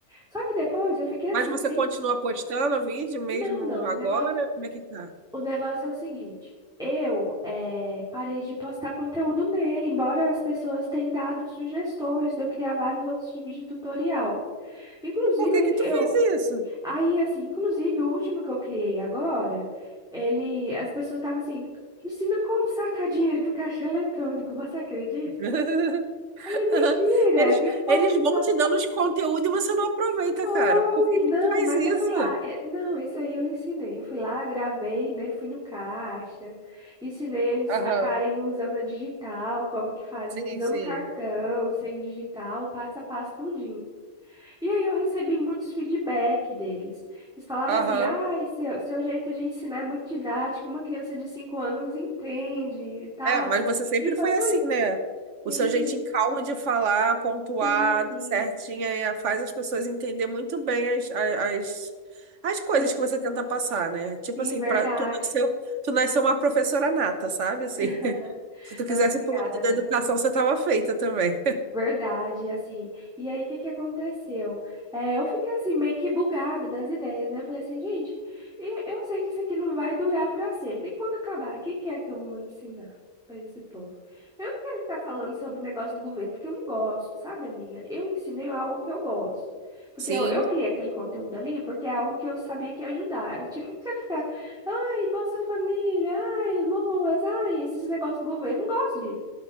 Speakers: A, in the centre; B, on the right.
A: Só que depois eu fiquei
B: Mas
A: assim,
B: você
A: sem
B: continua postando o vídeo mesmo
A: não, não.
B: agora?
A: O negócio,
B: Como é que tá?
A: o negócio é o seguinte. Eu eh, parei de postar conteúdo nele, embora as pessoas tenham dado sugestões de eu criar vários outros tipos de tutorial. Inclusive,
B: Por que
A: eu,
B: que
A: eu-
B: tu fez isso?
A: aí assim, inclusive o último que eu criei agora, ele, as pessoas estavam assim, ensina como sacar dinheiro do caixa eletrônico, <laughs> você acredita?
B: <laughs>
A: Falei, mentira,
B: Eles,
A: que o povo
B: eles
A: não
B: vão te dando os conteúdos e você não aproveita,
A: Oi,
B: cara. Por que que
A: não,
B: tu faz
A: mas
B: isso?
A: eu fui lá. É, não, esse aí eu ensinei. Eu fui lá, gravei, né? Fui no caixa, ensinei eles
B: Aham.
A: sacarem usando a digital, como que fazia,
B: Sim,
A: usando
B: sim.
A: cartão, sem digital, passo a passo, tudinho. E aí eu recebi muitos feedback deles. Eles falavam
B: Aham.
A: assim: ah, seu, seu jeito de ensinar é muito didático, uma criança de cinco anos entende e tal.
B: É, mas você sempre
A: E foi
B: foi
A: por
B: assim,
A: isso.
B: né? O
A: Sim,
B: seu jeitinho calmo de falar, pontuado,
A: sim, sim,
B: certinho, aí faz as pessoas entender muito bem as, a- as, as coisas
A: sim,
B: que você tenta passar, né? Tipo
A: sim,
B: assim,
A: verdade.
B: pra, tu nasceu, tu nasceu uma professora nata, sabe? Assim,
A: <laughs>
B: <laughs> se tu
A: Não,
B: quisesse
A: obrigada,
B: pro lado
A: amiga.
B: da educação, você tava feita também.
A: Verdade, assim. E aí, o que que aconteceu? É, eu fiquei assim, meio que bugada das ideias, né? Eu falei assim, gente, e- eu sei que isso aqui não vai durar para sempre. E quando acabar, o que que é que eu vou ensinar para esse povo? Eu não quero ficar falando sobre o negócio do governo, porque eu não gosto, sabe, amiga? Eu ensinei algo que eu gosto. Porque
B: Sim.
A: eu, eu criei aquele conteúdo ali, porque é algo que eu sabia que ia ajudar. Tipo, eu quero ficar, ai, Bolsa Família, ai, Loas, ai, esses negócios do governo. Eu não gosto disso.